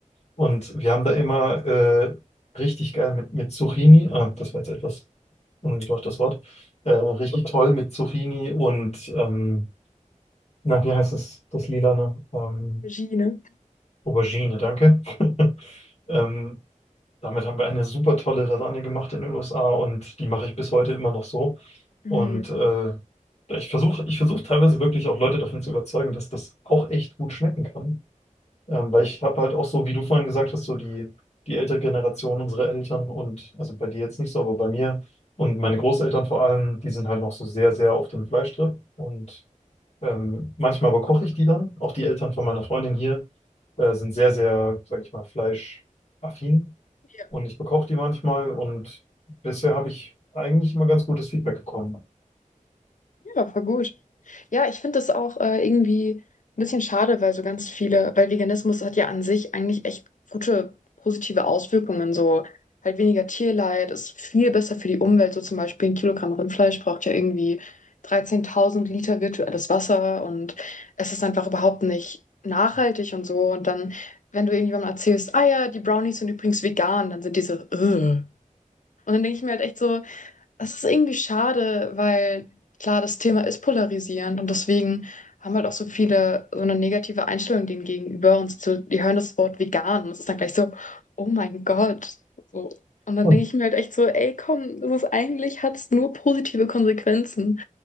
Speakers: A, on the left; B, on the left.
A: Und wir haben da immer äh, richtig geil mit, mit Zucchini, ah, das war jetzt etwas ungebraucht das Wort, äh, richtig toll mit Zucchini und, ähm, na, wie heißt es, das Lilane? Ähm,
B: Regie, ne?
A: Aubergine, danke. <laughs> Ähm, damit haben wir eine super tolle Lasagne gemacht in den USA und die mache ich bis heute immer noch so.
B: Mhm.
A: Und äh, ich versuche ich versuche teilweise wirklich auch Leute davon zu überzeugen, dass das auch echt gut schmecken kann. Ähm, weil ich habe halt auch so, wie du vorhin gesagt hast, so die, die ältere Generation, unsere Eltern und, also bei dir jetzt nicht so, aber bei mir und meine Großeltern vor allem, die sind halt noch so sehr, sehr auf dem Fleischtrip. Und ähm, manchmal aber koche ich die dann. Auch die Eltern von meiner Freundin hier äh, sind sehr, sehr, sag ich mal, fleischaffin.
B: <laughs>
A: Und ich bekoche die manchmal und bisher habe ich eigentlich immer ganz gutes Feedback bekommen.
B: Ja, voll gut. Ja, ich finde das auch äh, irgendwie ein bisschen schade, weil so ganz viele, weil Veganismus hat ja an sich eigentlich echt gute, positive Auswirkungen. So halt weniger Tierleid, ist viel besser für die Umwelt. So zum Beispiel ein Kilogramm Rindfleisch braucht ja irgendwie 13.000 Liter virtuelles Wasser und es ist einfach überhaupt nicht nachhaltig und so. Und dann, wenn du irgendjemandem erzählst, ah ja, die Brownies sind übrigens vegan, dann sind diese, so, "Ugh." Und dann denke ich mir halt echt so, das ist irgendwie schade, weil klar, das Thema ist polarisierend und deswegen haben halt auch so viele so eine negative Einstellung dem gegenüber und so, die hören das Wort vegan und es ist dann gleich so, oh mein Gott. So. Und dann
A: Oh,
B: denke ich mir halt echt so, ey, komm, das ist eigentlich, hat es nur positive Konsequenzen.